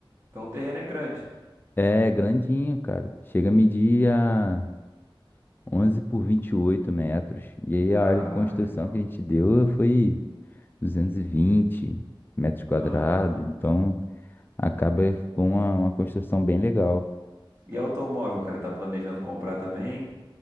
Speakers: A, on the right; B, on the left.
A: Então o terreno é grande.
B: É grandinho, cara. Chega a medir a 11 por 28 metros. E aí
A: Ah,
B: a área de construção
A: legal.
B: que a gente deu foi duzentos e vinte metros quadrados.
A: Aham.
B: Então acaba com uma, uma construção bem legal.
A: E automóvel, cara, tá planejando comprar também?